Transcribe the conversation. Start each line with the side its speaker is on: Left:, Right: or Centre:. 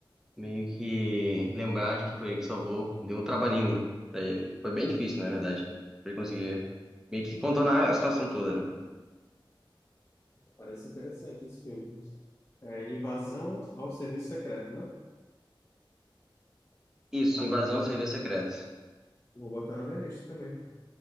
Centre: meio que lembrar de que foi ele que salvou. Deu um trabalhinho pra ele. Foi bem difícil, na verdade, pra ele conseguir meio que contornar a situação toda, né?
Left: Parece interessante esse filme. É, invasão ao serviço secreto, não?
Centre: Isso, invasão de serviço secreto.
Left: Vou botar na minha lista também.